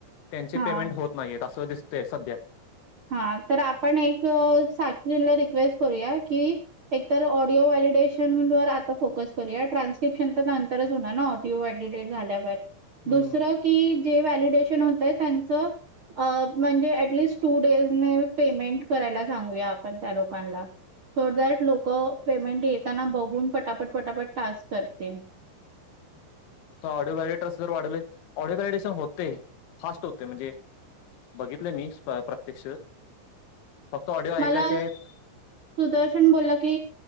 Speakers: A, on the left (about 80°); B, on the right (about 70°).
A: त्यांचे
B: हां,
A: पेमेंट होत नाहीत अससत ते सध्या
B: हा तर आपण एक साक्षीजंला रिक्वेस्ट करूया की तर ऑडिओ वॅलिडेशन वर आता फोकस करूया ट्रान्स्क्रपशन तर अंतरच होणार ना तीव वाढली डेट झाल्यावर
A: हम्म.
B: दुसर की जे वॅलिडेशन होतय त्यांच म्हणजे टस् टू डेज ने पेमेंट करायला सांगूया आपण त्या लोकांना ोड दॅट लोक पेमेंट येताना बघून पटापट पटापट टास्क करते
A: ऑडिओडिटर जर वाढले ऑडिओ वडिशन होते फास्ट होते म्हणजे बघितलं मी प्रत्यक्ष फक्त ऑडिओ ऐकायचे
B: मला
A: आहेत
B: सुदर्शन बोलला की